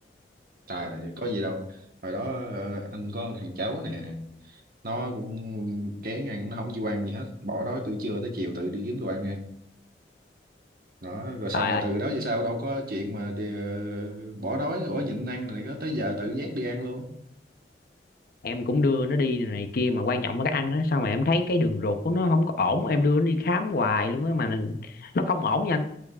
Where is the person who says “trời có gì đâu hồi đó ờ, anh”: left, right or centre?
Right